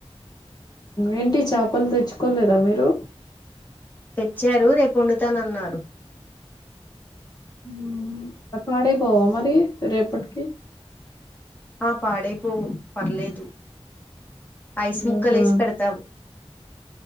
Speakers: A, on the left (about 40°); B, on the left (about 15°).
A: ఏంటి చేపలు తెచ్చుకోలేదా మీరు
B: తెచ్చారు రేపు వండుతానన్నారు
A: ఉమ్ అవి పడైపోవ మరి రేపట్కి
B: ఆ పాడైపోవు పర్లేదు ఐస్ ముక్కలు
A: ఆహా.
B: వేసి పెడతాము.